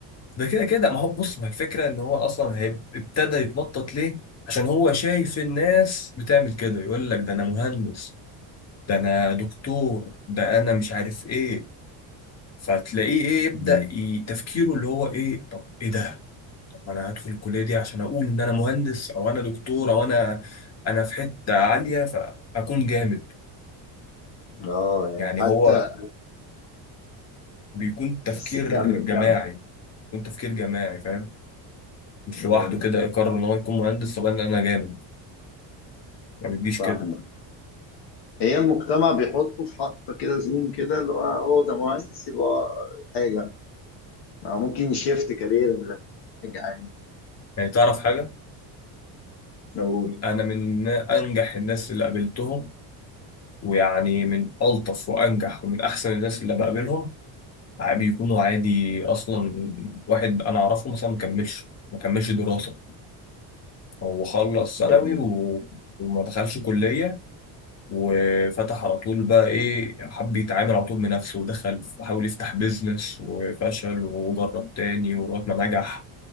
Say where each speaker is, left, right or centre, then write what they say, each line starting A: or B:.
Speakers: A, on the left; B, on the left.
A: ده كده كده ما هو بص ما الفكرة ان هو اصلا هيب- ابتدى يتنطط ليه عشان هو شايف الناس بتعمل كده يقول لك ده انا مهندس ده انا دكتور ده انا مش عارف ايه فتلاقيه ايه يبدأ
B: مم.
A: ي- تفكيره اللي هو ايه طب ايه ده طب انا هدخل الكلية دي عشان اقول ان انا مهندس او انا دكتور او انا انا في حتة عالية فاكون جامد
B: اه يعني
A: يعني
B: حتى
A: هو بيكون تفكير
B: بس كمل
A: جماعي
B: كمل
A: بيكون تفكير جماعي فاهم مش
B: مم.
A: لوحده كده يقرر ان هو يكون مهندس طب انا أنا جامد ما بتجيش
B: فاهمة
A: كده
B: هي المجتمع بيحطه في حطة كده زوم كده اللي هو هو ده مهندس يبقى حاجة ما ممكن يشيفت كارير من حاجة عادي
A: يعني تعرف حاجة
B: نقول
A: أنا من أنجح الناس اللي قابلتهم ويعني من ألطف وأنجح ومن أحسن الناس اللي بقابلهم ع- بيكونوا عادي أصلا واحد أنا أعرفه مثلا ما كملش ما كملش دراسة هو خلص ثانوي
B: مم.
A: و... وما دخلش كلية وفتح على طول بقى إيه حب يتعامل على طول بنفسه ودخل وحاول يفتح بيزنس وفشل وجرب تاني ولغاية ما نجح